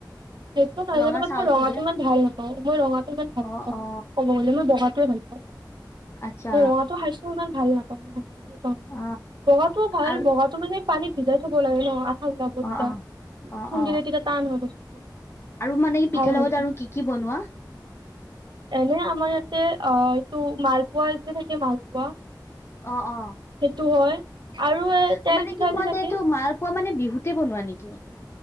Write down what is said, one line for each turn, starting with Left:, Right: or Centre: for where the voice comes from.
Right: সেইটো নাজানো
Left: ৰঙা
Right: বাট
Left: চাউলটো
Right: মই ৰঙাটো
Left: যে
Right: ইমান ভাল নাপাওঁ মই ৰঙাটো ইমান ভাল
Left: অ
Right: নাপাওঁ
Left: অ
Right: ক'ব গলে মই বগাটো টোৱেই ভাল পাওঁ
Left: আচ্ছা
Right: মই ৰঙাটো খাইছো ইমান ভাল নাপাওঁ খায়।
Left: অ
Right: বগাটো ভাল
Left: আৰু
Right: বগাটো মানে পানীত ভিজাই থ'ব লাগে ন। খায় চাব তেতিয়া
Left: অ অ অ
Right: খুন্দিলে
Left: অ
Right: তেতিয়া তান হয় বস্তুটো।
Left: আৰু মানে এই পিঠাৰ
Right: ভাল হয়
Left: লগত আৰু কি কি বনোৱা?
Right: এনেই আমাৰ ইয়াতে আহ এইটো মালপোৱা যে থাকে মালপোৱা। সেইটো
Left: অ অ
Right: হয়। আৰু এ তেল
Left: অ মানে
Right: পিঠা
Left: কি তোমালোকে
Right: যে থাকে
Left: এইটো মালপোৱা মানে বিহুতে বনোৱা নেকি?